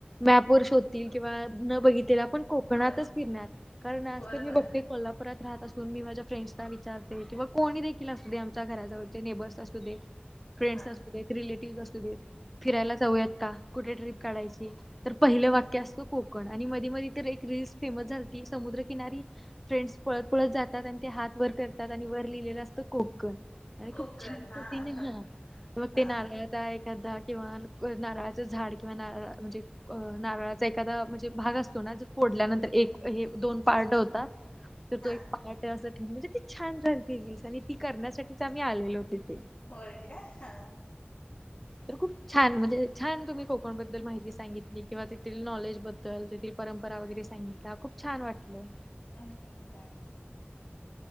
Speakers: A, in the centre; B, on the left.
A: मॅप वर शोधतील किंवा न बघितले पण कोकणातच
B: होय
A: फिरणार कारण आज
B: होय
A: तर मी
B: होय
A: बघते कोल्हापुरात राहत अस. मी माझ्या फ्रेंड्सला विचारते किंवा कोणी देखील असू दे आमच्या घराजवळचे नेबर्स असू दे. फ्रेंड्स
B: हा
A: असूदे रिलेटिव्हस असूदे. फिरायला जाऊयात का कुठे ट्रिप काढायची तर पहिले वाक्य असतो कोकण आणि म मधी तर एक रीलल्स फेमस झालती समुद्रकिनारी. फ्रेंड्स पळत- पळत जातात आणि ते हात वर करतात आणि वर लिहिलेलं असतं कोकण. आणि
B: कोकण
A: खूप छान
B: हा
A: पोतीने
B: हा हा
A: ते नाराळाच. एखाद किंवा नारळाचं झाड किंवा नारळ म्हणजे. अ नारळाचा एखादा म्हणजे भाग असत फोडल्यानंतर एक हे दोन पार्ट होतात तर
B: हा
A: तो एक पार्ट. असं ठेव म्हणजे ती छान रिल्स आणि ती करण्यासाठीच आम्ही आलेलो तिथे.
B: होय काय हा.
A: तर खूप छान म्हणजे छान तुम्ही कोकणबद्दल माहिती सांगितली किंवा तेथील नॉलेजबद्दल, तेथील परंपरा वगैरे सांगितला खूप छान वाटलं.
B: हम्म, काय?